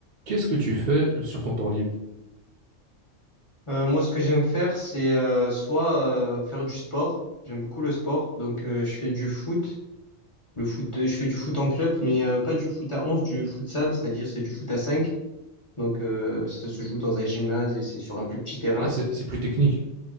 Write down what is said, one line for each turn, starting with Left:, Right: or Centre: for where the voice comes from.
Right: Qu'est-ce que tu fais sur ton temps libre?
Left: Euh, moi, ce que j'aime faire, c'est euh, soit euh, faire du sport. J'aime beaucoup le sport, donc euh, je fais du foot. Le foot, euh, je fais du foot en club, mais euh, pas du foot à 11, du futsal, c'est-à-dire c'est du foot à 5. Donc euh, ça se joue dans un gymnase et c'est sur un plus petit terrain.
Right: Ah, c'est c'est plus technique.